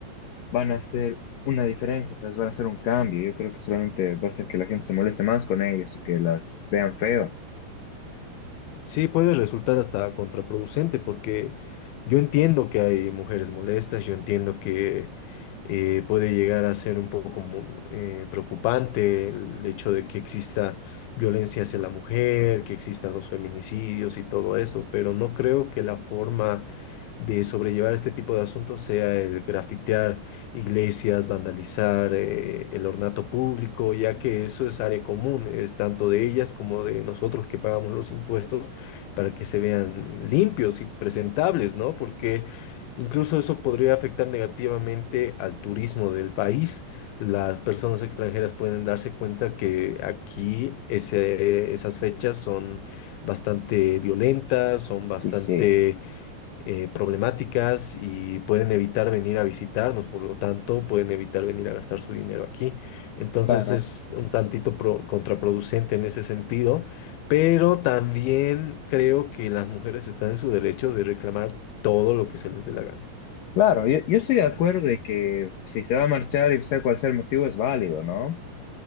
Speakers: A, on the left; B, on the left.
A: van a hacer una diferencia, ¿sabes? Van a hacer un cambio. Yo creo que solamente va a hacer que la gente se moleste más con ellos y que las vean feo.
B: Sí, puede resultar hasta contraproducente porque yo entiendo que hay mujeres molestas, yo entiendo que eh, puede llegar a ser un poco mu- eh, preocupante el hecho de que exista violencia hacia la mujer, que existan los feminicidios y todo eso, pero no creo que la forma de sobrellevar este tipo de asuntos sea el grafitear iglesias, vandalizar eh, el ornato público, ya que eso es área común, es tanto de ellas como de nosotros que pagamos los impuestos para que se vean limpios y presentables, ¿no? Porque incluso eso podría afectar negativamente al turismo del país. Las personas extranjeras pueden darse cuenta que aquí ese- esas fechas son bastante violentas, son bastante
A: Y sí,
B: eh, problemáticas y pueden evitar venir a visitarnos, por lo tanto, pueden evitar venir a gastar su dinero aquí. Entonces
A: claro.
B: es un tantito pro- contraproducente en ese sentido, pero también creo que las mujeres están en su derecho de reclamar todo lo que se les dé la gana.
A: Claro, yo, yo estoy de acuerdo de que si se va a marchar y sea cual sea el motivo es válido, ¿no?